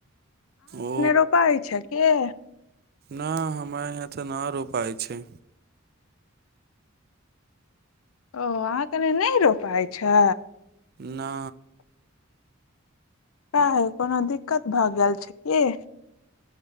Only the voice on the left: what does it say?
रोपाइ छै के
ओ अहाँ कनि नइ रोपाइ छ
के कोनो दिक्कत भए गेल छै की